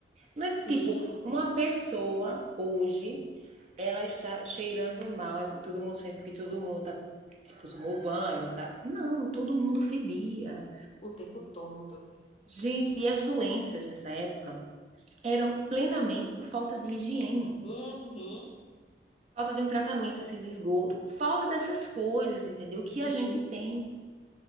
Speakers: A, on the right (about 40°); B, on the left (about 35°).
A: Mas,
B: sim,
A: tipo, uma pessoa hoje, ela está cheirando mal. é- Todo mundo sente porque todo mundo tá, tipo, tomou banho, tá? Não, todo mundo fedia.
B: o tempo todo.
A: Gente, e as doenças nessa época eram plenamente por falta de higiene,
B: Uhum,
A: falta de um tratamento assim de esgoto, falta dessas coisas, entendeu? Que
B: sim.
A: a gente tem,